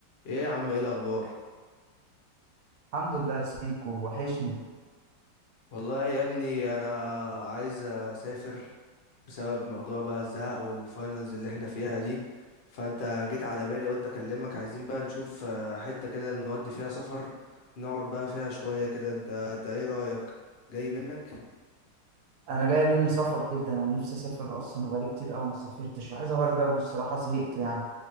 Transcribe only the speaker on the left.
ايه يا عم ايه الاخبار
والله يا ابني انا عايز اسافر بسبب موضوع بقى الزهق والفاينلز اللي احنا فيها دي فانت جيت على بالي قلت اكلمك عايزين بقى نشوف آه، حتة كده نودي فيها سفر نقعد بقى فيها شوية كده انت انت ايه رأيك جاي منك